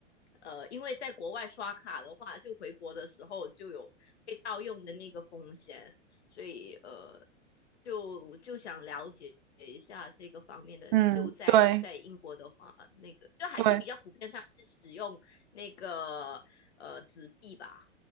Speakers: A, on the left; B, on the right.
A: 呃，因为在国外刷卡的话，就回国的时候就有被盗用的那个风险，所以呃，就就想了解一下这个方面的。
B: 嗯，
A: 就在在英国的话，
B: 对。
A: 那个就还是比较普遍上是使用那个呃纸币吧，
B: 对，